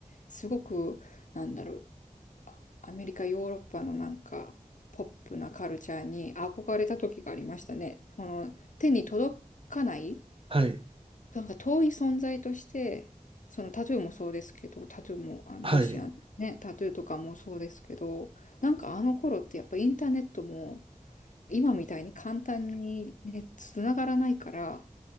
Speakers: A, on the left; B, on the right.
A: すごく、なんだろう、あアメリカ、ヨーロッパのなんか、ポップなカルチャーに憧れた時がありましたね。その、手に届かない、
B: はい。
A: なんか遠い存在として、そのタトゥーもそうですけど、タトゥーも、あのロシアンね、
B: はい。
A: タトゥーとかもそうですけど、なんかあの頃ってやっぱインターネットも、今みたいに簡単にね、つながらないから、